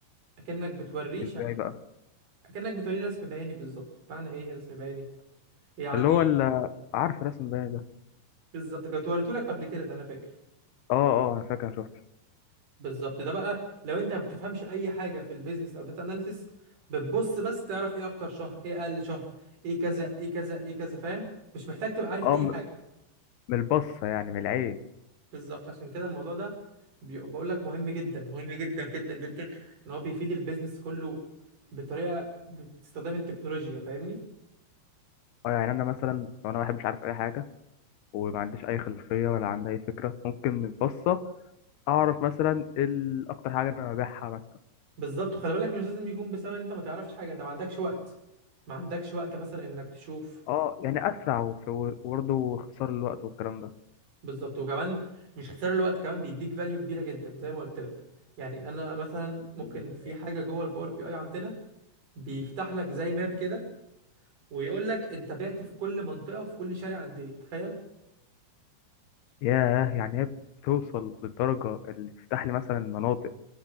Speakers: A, on the right; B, on the left.
A: اكنك بتوريه شكل
B: إزاي بقى
A: اكنك بتوريه رسم بياني بالظبط معنى ايه رسم بياني يعني
B: اللي هو اللي عارف رسم بقى ده
A: بالظبط كنت وريته لك قبل كده ده انا فاكر
B: أه أه أنا فاكر أنا شفت
A: بالظبط ده بقى لو انت ما بتفهمش اي حاجه في البيزنس او داتا اناليسيس بتبص بس تعرف ايه اكتر شهر ايه اقل شهر ايه كذا ايه كذا ايه كذا فاهم مش محتاج تبقى عارف
B: أه
A: اي
B: م-
A: حاجه
B: من البصة يعني من العين
A: بالظبط عشان كده الموضوع ده بي- بقول لك مهم جدا مهم جدا جدا جدا ان هو بيفيد البيزنس كله بطريقه باستخدام التكنولوجيا فاهمني
B: أه يعني أنا مثلا لو أنا واحد مش عارف أي حاجة وما عنديش أي خلفية ولا عندي أي فكرة ممكن من البصة أعرف مثلا ال- أكتر حاجة أنا ببيعها مثلا
A: بالظبط وخلي بالك مش لازم يكون بسبب انت ما تعرفش حاجه انت ما عندكش وقت ما عندكش وقت مثلا انك تشوف
B: أه يعني أسرع وفي- وبرضه اختصار الوقت والكلام
A: بالظبط وكمان مش اختصار الوقت كمان بيديك فاليو كبيره جدا زي ما قلت لك يعني انا مثلا ممكن
B: ده
A: في حاجه جوه الباور بي اي عندنا بيفتح لك زي ماب كده ويقول لك انت بعت في كل منطقه وفي كل شارع قد ايه تخيل
B: ياه يعني هي بتوصل للدرجة اللي تفتح لي مثلا مناطق